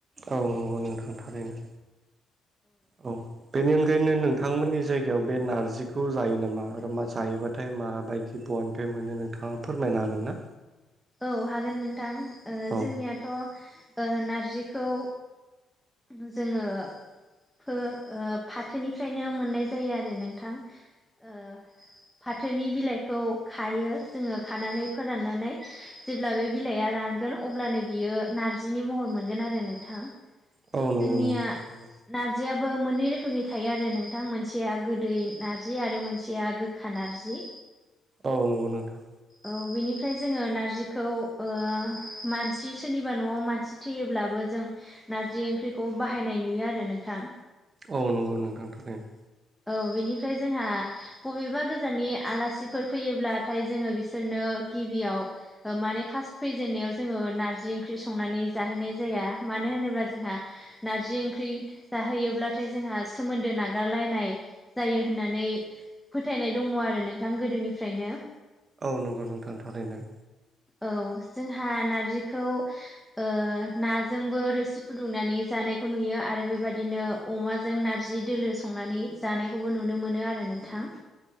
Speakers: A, on the right; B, in the centre.
A: औ नंगौ नोंथां थारैनो औ बेनि अनगायैनो नों थांमोननि जायगायाव बे नारजिखौ जायो नामा आरोा जायोबाथाय माबायदि बहानिफ्राय मोनो नोंथाङा फोरमायनो हागोन ना?
B: औ हागोन नोंथां
A: औ
B: जोंनियाथ' ओ नारजिखौ जोङो फो ओ फाथोनिफ्रायनो मोननाय जायो आरो नोंथां ओ फाथोनि बिलाइखौ खायो जोङो खानानै फोराननानै जेब्ला बे बिलाइया रानगोन अब्लानो बियो नारजिनि महर मोनगोन आरो नोंथां
A: औ नंगौ
B: जोंनिया
A: नोंथां थारैनो
B: नार्जियाबो मोननै रोखोमनि थायो आरो नोंथां मोनसेया गोदै नारजि आरो मोनसेया गोखा नारजि
A: औ नंगौ नोंथां
B: औ बेनिफ्राय जोङो नारजिखौ ओ मानसि सोरनिबा न'आव मानसि थैयोब्लाबो जों नारजि ओंख्रिखौ बाहायनाय नुयो आरो नोंथां
A: औ नंगौ नोंथां थारैनो
B: औ बेनिफ्राय जोंहा बबेबा गोजाननि आलासिफोर फैयोब्लाथाय जोङो बिसोरनो गिबियाव ओ माने फास फैजेननायाव जोङो नारजि ओंख्रि संनानै जाहोनाय जाया मानो होनोब्ला जोंहा नारजि ओंख्रि जाहैयोब्लाथाय जोंहा सोमोन्दो नागारलायनाय जायो होननानै फोथायनाय दङ आरो नोंथां गोदोनिफ्रायनो
A: औ नंगौ नोंथां थारैनो
B: औ जोंहा नारजिखौ ओ नाजोंबो रोसि फुदुंनानै जानायखौ नुयो आरो बेबादिनो अ अमाजों नारजि दोलो संनानै जानायखौबो नुनो मोनो आरो नोंथां